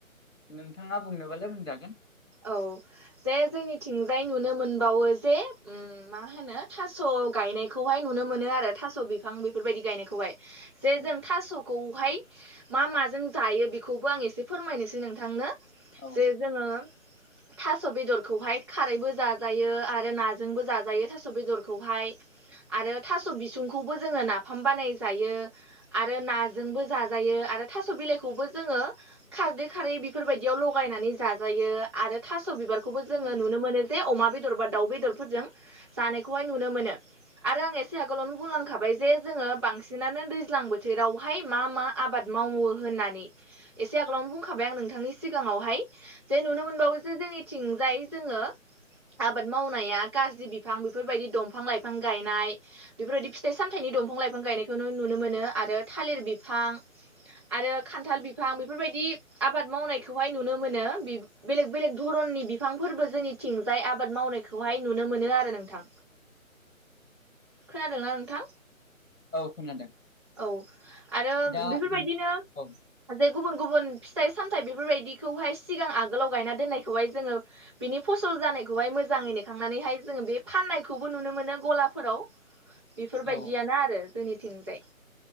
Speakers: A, on the left; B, on the right.
A: नोंथाङा बुंनोबालाय बुंजागोन।
B: औ जे जोंनिथिंजाय नुनो मोनबावो जे मा होनो थास' गायनायखौहाय नुनो मोनो आरो थास' बिफां बेफोरबायदि गायनायखौहाय। जे
A: औ
B: जों थास'खौहाय मा माजों जायो बेखौबो आं एसे फोरमायनोसै नोंथांनो
A: औ
B: जे जोङो थास' बेदरखौहाय खारैबो जाजायो आरो नाजोंबो जाजायो थास' बेदरखौहाय आरो थास' बिसुंखौबो जोङो नाफाम बानाय जायो। आरो नाजोंबो जाजायो आरो थास' बिलाइखौबो जोङो खारदै खारै बेफोरबायदियाव लगायनानै जाजायो। आरो थास' बिबारखौबो जोङो
A: औ
B: नुनो मोनो जे अमा बेदर बा दाउ बेदरफोरजों जानायखौहाय नुनो मोनो। आरो आं एसे आगोलावनो बुंलांखाबाय जे जोङो बांसिनानो दैज्लां बोथोरावहाय मा मा आबाद मावो होननानै एसे आगोलावनो बुंखाबाय आं नोंथांनि सिगाङावहाय जे नुनो मो नबावो जो जोंनिथिंजाय जोङो आबाद मावनाया गाजि बिफां बेफोरबायदि दंफां लाइफां गायनाय बेफोरबायदि फिथाइ सामथायाइनि दंफां लाइफां गायनायखौ नुनो मोनो आरो थालिर बिफां आरो खान्थाल बिफां बेफोरबायदि आबाद मावनायखौहाय नुनो मोनो बि बेलेग बेलेग धरननि बिफांफोरबो जोंनिथिंजाय आबाद मावनायखौहाय नुनो मोनो आरो नोंथां।
A: <inaudible>
B: खोनादोंना नोंथां?
A: औ खोनादों
B: औ आरो
A: दा
B: बेफोरबायदिनो
A: औ
B: जे गुबुन गुबुन फिथाइ सामथाइ बेफोरबायदिखौहाय सिगां आगोलाव गायना दोननायखौहाय जोङो बेनि फसल जानायखौहाय मोजाङै नेखांनानैहाय जोङो बे फाननायखौबो नुनो मोनो गलाफोराव
A: <inaudible>
B: बेफोर बायदियानो
A: औ
B: आरो जोंनिथिंजाय।